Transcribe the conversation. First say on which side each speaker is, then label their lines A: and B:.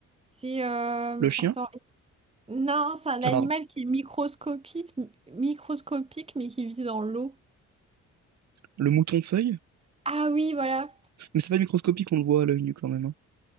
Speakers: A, on the right (about 20°); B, on the right (about 65°).
A: C'est... euh,
B: Le chien?
A: Attends. Non, c'est un animal
B: Ah, pardon.
A: qui est microscopique, microscopique, mais qui vit dans l'eau.
B: Le mouton feuille?
A: Ah oui, voilà.
B: Mais c'est pas microscopique, on le voit à l'œil nu quand même. hein.